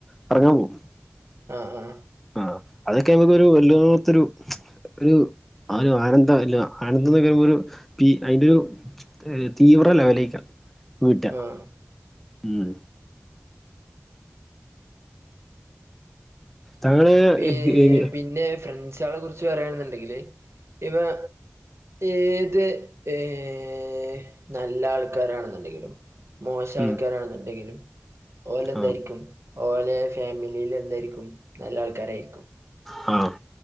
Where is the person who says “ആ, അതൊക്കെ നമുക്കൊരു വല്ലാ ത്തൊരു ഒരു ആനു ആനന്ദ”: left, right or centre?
Centre